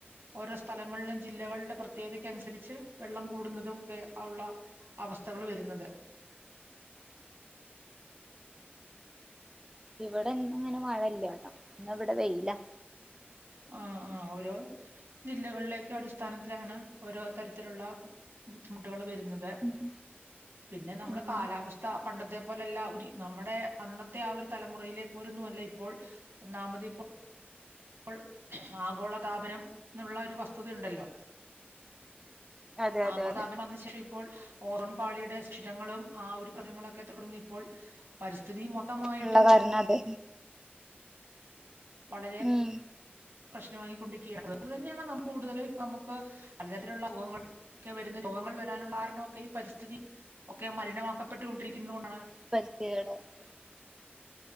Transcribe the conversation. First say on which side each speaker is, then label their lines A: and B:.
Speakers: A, on the right (about 85°); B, on the right (about 15°).
A: ഓരോ സ്ഥലങ്ങളിലും ജില്ലകളുടെ പ്രത്യേകതയ്ക്ക് അനുസരിച്ച് വെള്ളം കൂടുന്നതും ഒക്കെ ആ ഉള്ള അവസ്ഥകൾ വരുന്നത്
B: ഇവിടെ ഇന്ന് അങ്ങനെ മഴല്ല ഇന്ന് ഇവിടെ വെയിലാ
A: ആഹ് ആഹ് ഓരോ ജില്ലകളിലേക്കെ അടിസ്ഥാനത്തിലാണ് ഓരോ തരത്തിലുള്ള ബുദ്ധിമുട്ടുകള് വെ രുന്നത്
B: ഉം
A: പിന്നെ നമ്മള്
B: ഉം
A: കാലാവസ്ഥ പണ്ടത്തെ പോലല്ല ഒരു നമ്മുടെ അന്നത്തെ ആ ഒരു തലമുറയിലെ പോലൊന്നും അല്ല ഇപ്പോൾ ഒന്നാമതിപ്പോ അപ്പോൾ ആഗോള താപനം എന്നുള്ള ഒരു വസ് ഉണ്ടല്ലോ
B: അതെ അതെ
A: ആഗോള
B: അതെ
A: താപനം വന്നശേ ഇപ്പോൾ ഓറൻപാളിയുടെ സിരങ്ങളും ആ ഒരു പ്രശ്നങ്ങളൊക്കെ തുടർന്ന് ഇപ്പോൾ പ സ്ഥിതി മൊത്തമായിട്ടും
B: ഉള്ള കാരണം അതെ
A: വളരെ
B: ഉം
A: പ്രശ്നമായിക്കൊണ്ടിരിക്കുകയാണ് അത് തന്നെയാണ് നമ്മക്ക് കൂടുതല് ഇപ്പ നമുക്ക് പലതരത്തിലുള്ളങ്ങൾ ഒക്കെ വരുന്നത് രോഗങ്ങൾ വരാനുള്ള കാരണമൊക്കെ ഈ പരിസ്ഥിതി ഒക്കെ മലിനമാക്കപ്പെട്ടു കൊണ്ടിരിക്കുന്നുന്നത് കൊണ്ടാണ്
B: <unintelligible>